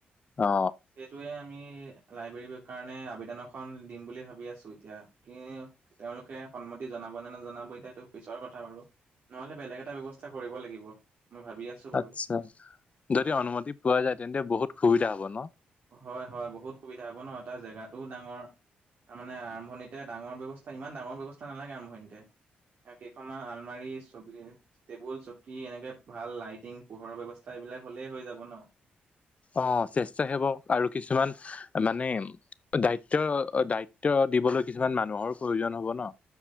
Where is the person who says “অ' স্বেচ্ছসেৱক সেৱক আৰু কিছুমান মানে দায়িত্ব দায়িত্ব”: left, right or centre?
Left